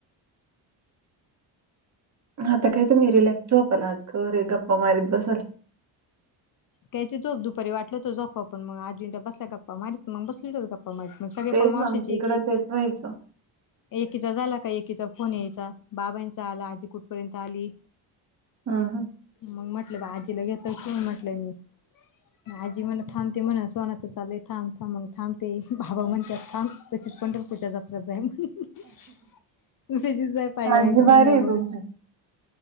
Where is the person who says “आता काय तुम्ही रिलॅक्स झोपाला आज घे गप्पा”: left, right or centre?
Right